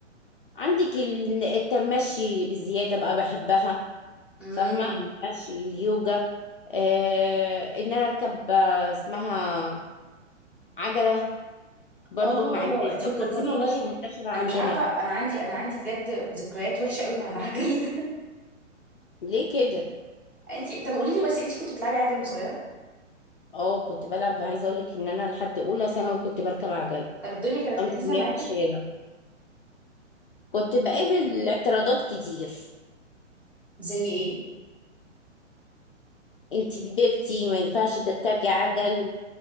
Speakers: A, on the left (about 45°); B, in the centre.
A: عندك ال- التمشي بزيادة بقى بحبها
B: امم
A: فاهمة المشي اليوجا آه ان انا اركب آه، اسمها عجلة برضو
B: اه
A: مع ان
B: انت
A: الثقافة
B: فكرتيني
A: دي
B: والله
A: مش منتشرة عندنا
B: انا مش عارفه انا عندي انا عندي بجد ذكريات وحشه قوي مع العجل
A: ليه كده
B: <laughs> انت طب قولي لي بس انت كنت بتلعبي عجل وأنت صغيره
A: اه كنت بلعب عايزة اقولك ان انا لحد اولى ثانوي كنت بركب عجلة
B: طب الدنيا كانت
A: وامشي
B: لذيذه
A: بيها
B: معاكي
A: في الشارع كنت بقابل اعتراضات كتير
B: زي ايه
A: انتي كبرتي ما ينفعش تركبي عجل